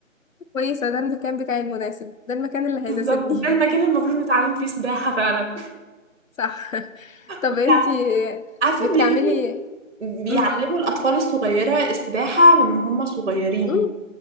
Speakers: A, on the left; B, on the right.
A: كويسة ده المكان بتاعي المناسب ده المكان اللي
B: بالظبط
A: هيناسبني
B: ده المكان
A: <laughs>
B: المفروض نتعلم فيه سباحة فعلا
A: صح طب
B: بتاع-
A: انتي
B: عارفة
A: بتعملي
B: بيقولوا بيعلموا
A: مم.
B: الأطفال الصغيرة السباحة من وهم صغيرين
A: مم.